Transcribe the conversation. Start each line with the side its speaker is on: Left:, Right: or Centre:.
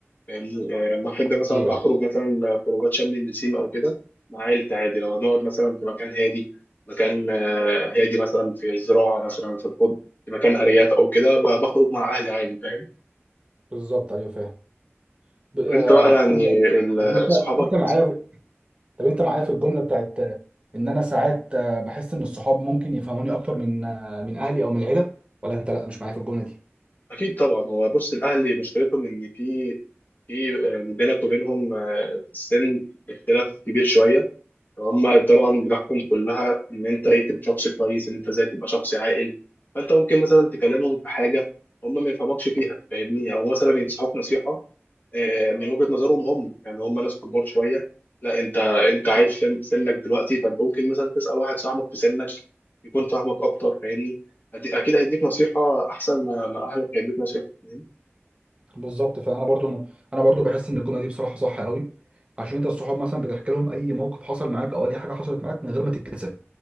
Left: فاهمني يعني لما احب مثلا
Right: ايوه
Left: اخرج
Right: ايوه
Left: مثلا خروجات شم النسيم او كده مع عيلتي عادي لو هنقعد مثلا في مكان هادي مكان آه، هادي مثلا في الزراعه مثلا في الخضره في مكان ارياف او كده ب- بخرج مع اهلي عادي فاهم
Right: بالظبط ايوه فاهم ب... آه...
Left: طب انت بقى يعني
Right: انا
Left: ال-
Right: طب انت
Left: صحابك
Right: انت معايا طب انت معايا في الجمله بتاعت آه، ان انا ساعات آه، بحس ان الصحاب ممكن يفهموني اكتر من آه، من اهلي او من العيله ولا انت لا مش معايا في الجمله دي
Left: اكيد طبعا هو بص الاهل مشكلتهم ان في في آه، بينك وبينهم آه، في السن اختلاف كبير شويه هما طبعا بتحكم كلها ان انت ايه تبقى شخص كويس ان انت ازاي تبقى شخص عاقل فانت ممكن مثلا تكلمهم في حاجه هما ما يفهمكش فيها فاهمني او مثلا ينصحوك نصيحه آه، من وجهه نظرهم هم يعني هما ناس كبار شويه لا انت انت عايش في سنك دلوقتي فانت ممكن مثلا تسال واحد صاحبك في سنك يكون فاهمك اكتر فاهمني أدي- اكيد هيديك نصيحه احسن ما ما اهلك هيديك نصيحه فاهمني
Right: بالظبط فانا برضو م... انا برضو بحس ان الجمله دي بصراحه صح قوي عشان انت الصحاب مثلا بتحكي لهم اي موقف حصل معاك او اي حاجه حصلت معاك من غير ما تتكسف